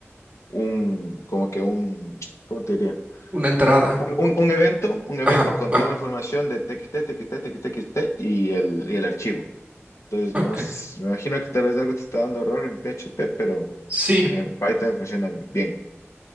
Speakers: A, on the left; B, on the right.
A: un como que un, ¿cómo te diría?
B: una entrada.
A: Un, un- un evento, un
B: Ajá,
A: evento con
B: ah,
A: toda la información de TXT, TXT, TXT, TXT y el, y el archivo. Entonces,
B: ok.
A: no, s- me imagino que tal vez algo te está dando error en PHP, pero
B: Sí,
A: en Python funciona bien.